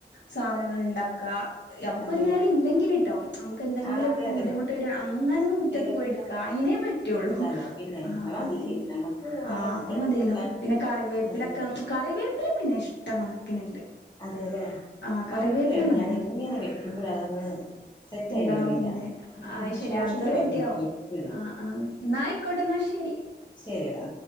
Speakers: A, on the left; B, on the left.
A: സാധനങ്ങൾ ഉണ്ടാക്ക നമുക്ക്
B: അതെ
A: ഒരു നേരം ഇല്ലെങ്കിലിട്ടോ നമുക്ക് എന്തെങ്കിലും
B: ആഹ് അതെ അതെ
A: ബുദ്ധിമുട്ട് വരോ അങ്ങനൊന്നു മുറ്റത്ത്
B: എന്തേലൊക്കെ
A: പോയി
B: ഉണ്ട
A: എടുക്ക അതിനെ പറ്റ <unintelligible>
B: എടുത്താലോ പിന്നെ
A: ആഹ്
B: അത് മതി
A: അതെന്നെ
B: നമുക്ക് നമ്മുടെ
A: ആ
B: മക്കൾക്ക്
A: അതുമതീയല്ലോ
B: കൊടുക്കാൻ
A: പിന്നെ കറിവേപ്പിലൊക്കെ
B: അതെ
A: കറിവേപ്പില പിന്നെ ഇഷ്ടം കണക്കിനുണ്ട്
B: അതെല്ലേ
A: ആഹ്
B: കറിവേപ്പിലയാണ്
A: കറിവേപ്പില നല്ല
B: ഞാൻ എങ്ങനെ വെക്കുമ്പോഴും അതങ്ങ് സെറ്റായി
A: ഉണ്ടാവുന്നില്ലേ
B: വരുന്നില്ല ഉം
A: അത്
B: ഉം
A: ശരി
B: ശോഷിച്ചു
A: അത് റെഡിയാവും
B: പോലെ നിക്കും എപ്പഴും
A: ആന്ന് എന്നാ ആയിക്കോട്ടെ എന്നാ ശരി
B: ശരിടാ